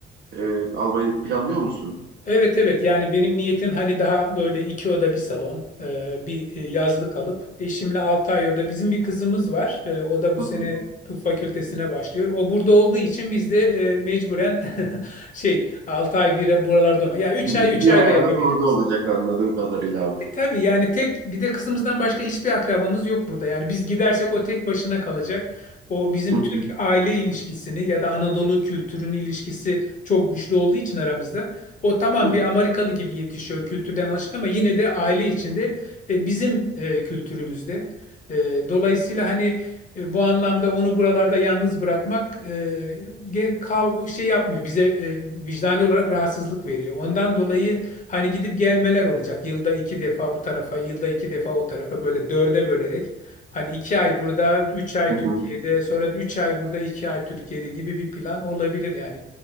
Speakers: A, on the right (about 65°); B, on the left (about 40°).
A: Ee, almayı planlıyor musun?
B: Evet evet yani benim niyetim hani daha böyle iki oda bir salon e, bir e, yazlık alıp eşimle 6 ay orada bizim bir kızımız var E, o da bu
A: Hı
B: sene
A: hı.
B: tıp fakültesine başlıyor o burada olduğu için biz de e, mecburen <laughs> şey 6 ay bir buralarda olma ya üç
A: Hı. Bir
B: ay 3 ay
A: ayağınız
B: da yapabiliriz.
A: orada olacak anladığım kadarıyla. abi.
B: E, tabii yani tek bir de kızımızdan başka hiçbir akrabamız yok burada. Yani biz gidersek o tek başına kalacak. O bizim
A: Hı
B: Türk
A: hı.
B: aile ilişkisini ya da Anadolu kültürünün ilişkisi çok güçlü olduğu için aramızda. O tamam
A: Hı hı.
B: bir Amerikalı gibi yetişiyor kültürden alışık ama yine de aile içinde e, bizim e, kültürümüzde. E, dolayısıyla hani e, bu anlamda onu buralarda yalnız bırakmak e, ge- kal şey yapmıyor. Bize e, vicdani olarak rahatsızlık veriyor. Ondan dolayı Hani gidip gelmeler olacak. Yılda iki defa bu tarafa, yılda iki defa o tarafa böyle dörde bölerek. Hani iki ay burada, üç ay
A: Hı hı.
B: Türkiye'de, sonra üç ay burada, iki ay Türkiye'de gibi bir plan olabilir yani.